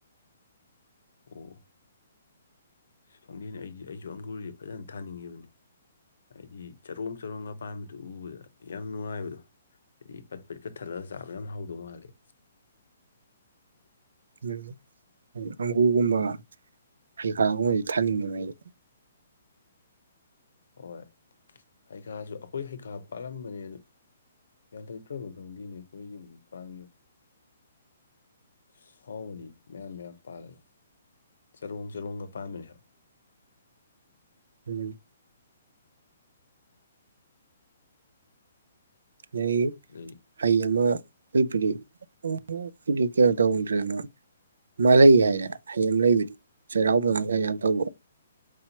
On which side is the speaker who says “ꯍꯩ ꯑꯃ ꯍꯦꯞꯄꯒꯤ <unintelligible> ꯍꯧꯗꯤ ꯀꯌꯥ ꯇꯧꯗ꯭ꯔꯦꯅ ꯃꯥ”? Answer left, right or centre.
Right